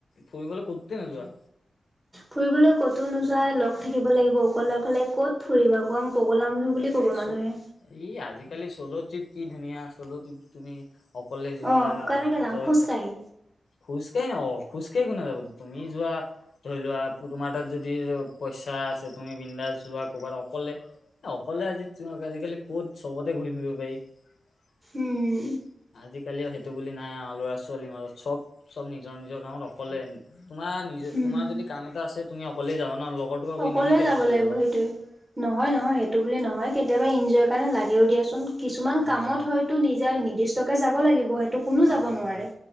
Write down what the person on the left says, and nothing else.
ফুৰিবলৈ কতো নোযোৱা
এ
চ ই আজিকালি চ'ল' ট্ৰিপ কি ধুনীয়া চ'ল' ট্ৰিপ তুমি সকলে যোৱা
এনজয়
খোজ কে নকঅ খোজকাঢ়ি ন যাব তুমি যোৱা ধৰি লোৱা তোমাৰ তাত যদি পইচা আছে তুমি বিন্দাছ যোৱা ক'ৰবাত অকলে অকলে আজি তোমাক আজিকালি ক'ত চবতে ঘূৰি ফুৰিব পাৰি
আজিকালিও সেইটো বুলি নাই আৰু ল'ৰা ছোৱালীৰ মাজত চব চব নিজৰ নিজৰ কামত অকলে তোমাৰ নিজ
তোমাৰ যদি কাম এটা আছে তুমি অকলেই যাবা ন। লগৰটোক আকৌ
এনে এনে কিয়
টানি লৈ
যাবা
উম
অ
সেইটো